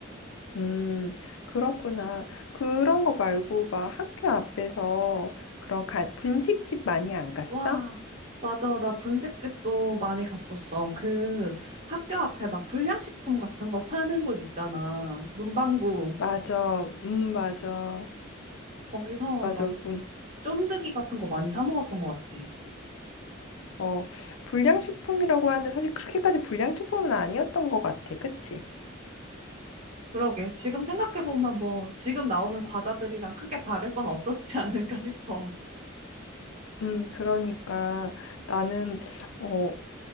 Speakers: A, on the left; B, on the right.
A: 음, 그렇구나. 그런 거 말고 막 학교 앞에서 그런 간 분식집 많이 안 갔어?
B: 와, 맞아. 나 분식집도 많이 갔었어. 그 학교 앞에 막 불량식품 같은 거 파는 곳 있잖아. 문방구.
A: 맞아. 음, 맞아.
B: 거기서
A: 맞아.
B: 막
A: 음.
B: 쫀득이 같은 거 많이 사 먹었던 것 같아.
A: 어, 불량식품이라고 하는데 사실 그렇게까지 불량식품은 아니었던 것 같아. 그치?
B: 그러게. 지금 생각해보면 뭐, 지금 나오는 과자들이랑 크게 다를 건 없었지 않을까 싶어.
A: 음, 그러니까 나는, 어,